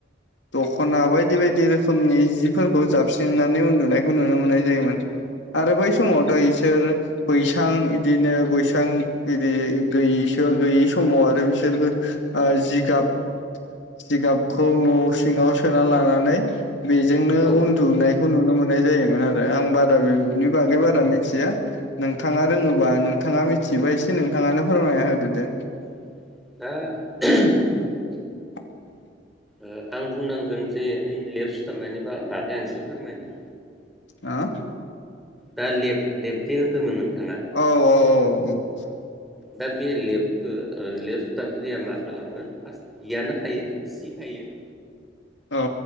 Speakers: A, on the left (about 75°); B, in the centre.
A: दख'ना बायदि बायदि रोखोमनि जिफोरखौ जाबस्रिनानै उन्दुनायखौ नुनो मोनो। जायोमोन
B: औ
A: आरो बै समावथ' एसे। बिसोर बैसां इदिनो बैसां बिदि गैयिसो गैयि समाव आरो। ओ जिगाब। जिगाबखौ न' सिङाव सोना लानानै। बेजोंनो
B: औ
A: उन्दुनायखौ नुनो मोननाय जायोमोन आरो आं बारा बेनि बागै बारा मिथिया। नोंथाङा रोङोबा नोंथाङा मिथिबा एसे नोंथाङानो फोरमायना होदो दे।
B: <unintelligible>
A: <inaudible>
B: ओ आं बुंनांगोन जे ओइ लेफ सुथाबनायनि बागै आं एसे फोरमायनि।
A: <unintelligible>
B: दा लेफ लेफ दे होन्दोंमोन नोंथाङा।
A: औ <inaudible>
B: दा बे लेफ्टखौ लेफ्ट सुथाबग्रिया मा खालामो फार्स्ट जियानो थायो सि थायो।
A: औ।